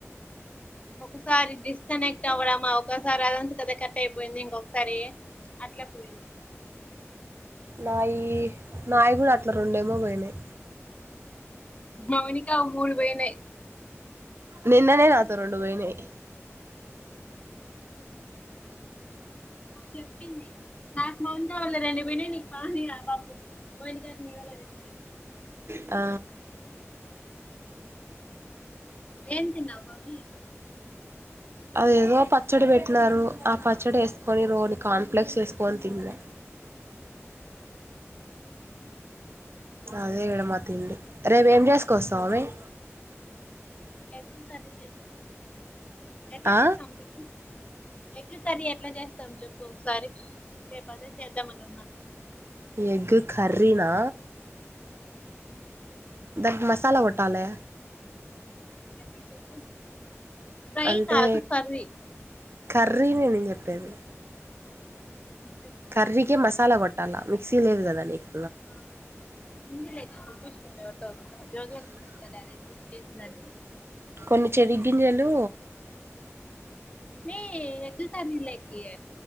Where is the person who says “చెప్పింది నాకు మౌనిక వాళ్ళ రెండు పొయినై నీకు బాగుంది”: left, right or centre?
Left